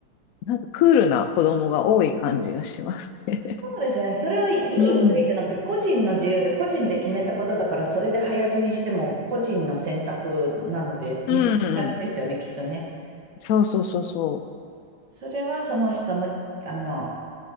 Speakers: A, on the left; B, on the right.
A: う、なんかクールな子供が多い感じがしますね。
B: そうですね。それをいい悪いじゃなくて、
A: <laughs> うん。
B: 個人の自由で個人で決めたことだから、それで早死にしても個人の選択なので、みたいな感じですよね、
A: うん。
B: きっとね。
A: そうそうそうそ
B: それはその人の、あの、